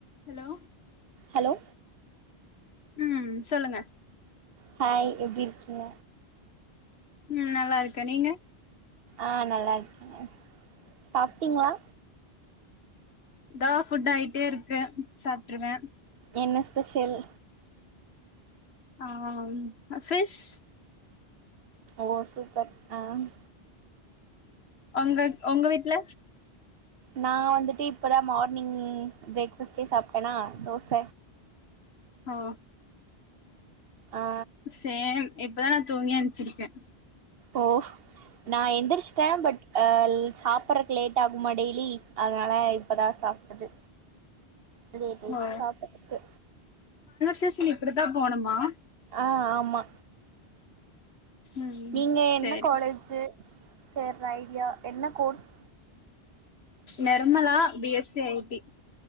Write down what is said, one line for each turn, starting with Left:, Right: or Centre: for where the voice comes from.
Left: ஹலோ
Right: ஹலோ
Left: உம் சொல்லுங்க
Right: ஹாய் எப்டி இருக்கீங்க
Left: உம் நல்லா இருக்கேன் நீங்க
Right: ஆஹ் நல்லா இருக்கேங்கே சாப்பிட்டீங்களா
Left: த்தோ ஃபுட் ஆயிட்டே இருக்கு சாப்ட்டுருவே
Right: என்ன ஸ்பெஷல்
Left: ஆஹ் ஃபிஷ்
Right: ஓ சூப்பர் ஆஹ்
Left: உங்க- உங்க வீட்ல
Right: நா வந்துட்டு இப்பதா மார்னிங் பிரேக் ஃபாஸ்டே சாப்ட்டனா தோச
Left: ஹோ
Right: ஆ
Left: சேர் இப்பதா நா தூங்கி என்ச்சிருக்கே
Right: ஓ நா எந்திரச்சிட்டே பட் அ சாப்புறதுக்கு லேட்டாகுமா டெய்லி அதனால இப்பதா சாப்ட்டது <unintelligible>
Left: ஓ
Right: சாப்ட்டதுக்கு
Left: டியூசன் இப்படித்தா போணும்மா
Right: ஆ ஆமா
Left: ம்
Right: நீங்க என்ன
Left: சேரி
Right: காலேஜு சேர்ற ஐடியா என்ன course
Left: Nirmala B S C I T